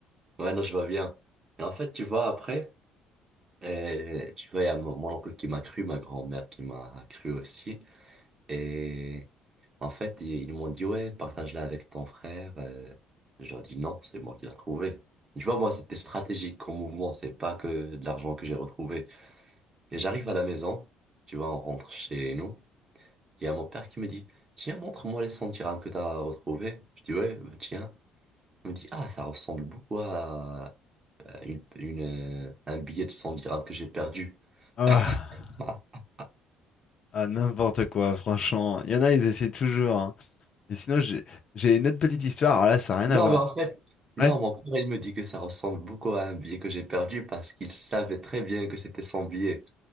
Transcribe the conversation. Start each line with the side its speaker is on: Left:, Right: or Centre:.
Right: ouais, non, je vois bien. Et en fait, tu vois, après, euh, tu vois, il y a mon mon oncle qui m'a cru, ma grand-mère qui m'a cru aussi. Et en fait, ils, ils m'ont dit, ouais, partage-la avec ton frère. Euh, je leur ai dit, non, c'est moi qui l'ai trouvé. Tu vois, moi, c'était stratégique comme mouvement, c'est pas que de l'argent que j'ai retrouvé. Et j'arrive à la maison, tu vois, on rentre chez nous. Il y a mon père qui me dit, tiens, montre-moi les 100 dirhams que t'as retrouvés. Je dis, ouais, euh, tiens. Il me dit, ah, ça ressemble beaucoup à à une, une, euh, un billet de 100 dirhams que j'ai perdu.
Left: Ah,
Right: <laughs>
Left: ah, n'importe quoi, franchement. Il y en a, ils essaient toujours. hein. Et sinon, j'ai j'ai une autre petite histoire. Alors là, ça n'a rien
Right: Non,
Left: à voir.
Right: mais en fait, non,
Left: Ouais?
Right: mon père, il me dit que ça ressemble beaucoup à un billet que j'ai perdu parce qu'il savait très bien que c'était son billet.